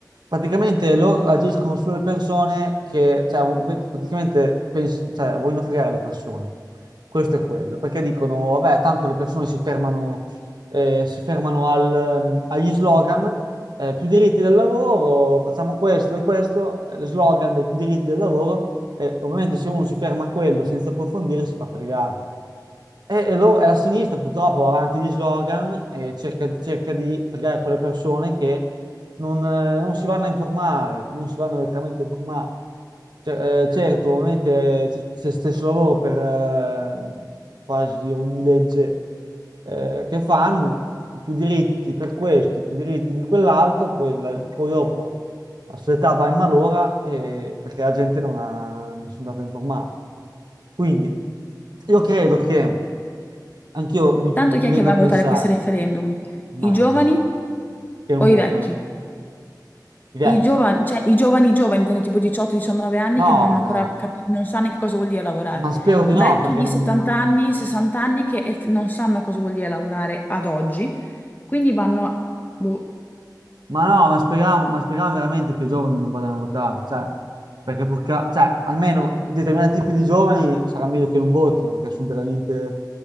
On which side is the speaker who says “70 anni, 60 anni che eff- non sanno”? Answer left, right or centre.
Left